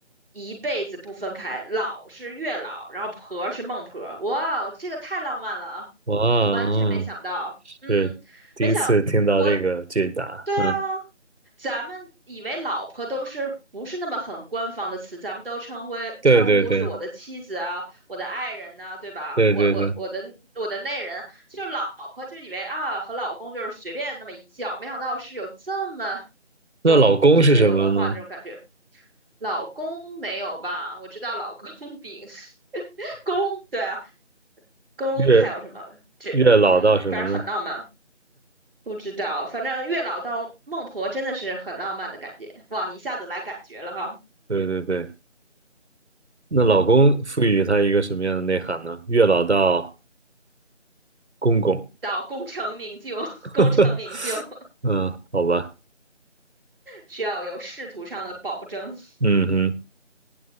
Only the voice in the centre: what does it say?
一辈子不分开。老是月老，然后婆是孟婆。哇哦，这个太浪漫了啊，
完全没想到。
嗯，
没想我，对啊，
咱们以为老婆都是不是那么很官方的词，咱们都称呼称呼是我的妻子啊，
我的爱人呢，对吧？
我我我的我的内人，就老婆就以为啊和老公就是随便那么一叫，没想到是有这么有意境、
有文化的这种感觉。老公没有吧？我知道老公饼 <laughs> 公，对啊，公还有什么这嗯，
反正很浪漫。不知道，反正月老到孟婆真的是很浪漫的感觉，哇，一下子来感觉了哈。
到功成名就，<laughs> 功成名就
需要有仕途上的保证。